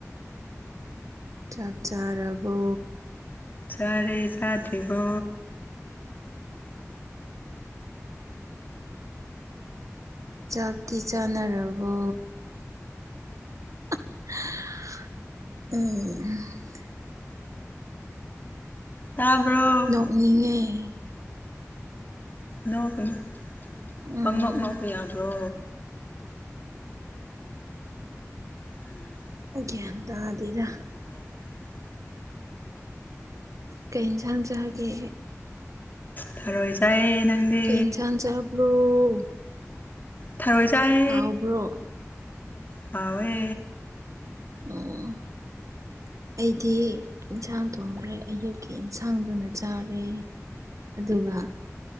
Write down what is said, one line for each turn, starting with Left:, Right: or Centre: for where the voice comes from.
Right: ꯆꯥꯛ ꯆꯥꯔꯕꯣ
Left: ꯆꯥꯔꯦ ꯆꯥꯗ꯭ꯔꯤꯕꯣ
Right: ꯆꯥꯛꯇꯤ ꯆꯥꯅꯔꯕꯣ ꯎꯝ
Left: ꯇꯥꯕ꯭ꯔꯣ
Right: ꯎꯅꯤꯡꯉꯦ
Left: ꯅꯣꯛꯒꯅꯨ
Right: ꯎꯝ
Left: ꯄꯪꯅꯣꯛ ꯅꯣꯛꯄ ꯌꯥꯕ꯭ꯔꯣ ꯑꯝ
Right: ꯒ꯭ꯌꯥꯟ ꯇꯥꯗꯦꯗ
Left: ꯎ <inaudible>
Right: ꯀꯩ ꯌꯦꯟꯁꯥꯡ ꯆꯥꯒꯦ
Left: ꯊꯔꯣꯏ ꯆꯥꯏꯌꯦ ꯅꯪꯗꯤ
Right: ꯀꯩ <unintelligible>
Left: ꯊꯥꯔꯣꯏ ꯆꯥꯏ
Right: ꯍꯥꯎꯕ꯭ꯔꯣ
Left: ꯍꯥꯎꯋꯦ
Right: ꯑꯝ ꯑꯩꯗꯤ ꯏꯟꯁꯥꯡ ꯊꯣꯡꯗ꯭ꯔꯦ ꯑꯌꯨꯛꯀꯤ ꯏꯟꯁꯥꯡꯗꯨꯅ ꯆꯥꯔꯦ ꯑꯝ ꯑꯗꯨꯒ